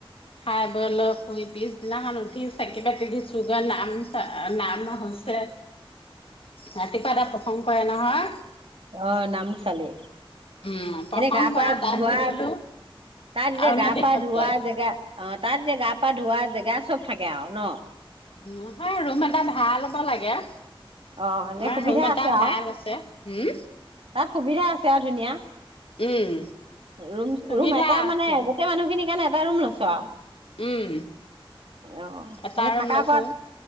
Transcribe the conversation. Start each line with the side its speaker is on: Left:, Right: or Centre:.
Left: খাই বৈ লৈ শুই পিছদিনাখন উঠি চাকি বাতি দিছোগে নাম নাম হৈছে
Right: <inaudible>
Left: ৰাতিপুৱা তাত প্ৰসংগ কৰে নহয়।
Right: অ' নাম চালি
Left: উম প্ৰসংগ
Right: এনে গা পা
Left: কৰা তাত
Right: ধোৱা,
Left: বহিলো
Right: তাত এতিয়া
Left: আউনীআটী
Right: গা পা
Left: সত্ৰত
Right: ধোৱা জেগা অ, তাত যে গা পা ধোৱা জেগা চব থাকে আউ ন'
Left: নহয়, ৰুম এটা ভাৰা লব লাগে।
Right: অ, এনে
Left: আমাৰ
Right: সুবিধা
Left: ৰুম এটা
Right: আছে আউ।
Left: ভাল আছে উম
Right: তাত সুবিধা আছে আৰু ধুনীয়া
Left: উম
Right: ৰুম,
Left: সুবিধা
Right: ৰুম এটা
Left: আছে
Right: মানে গোটেই মানুহখিনিৰ কাৰণে এটা ৰুম লৈছ আউ
Left: উম
Right: অ,
Left: এটা
Right: এনে
Left: ৰুম
Right: থাকাৰ
Left: লৈছো
Right: পৱাত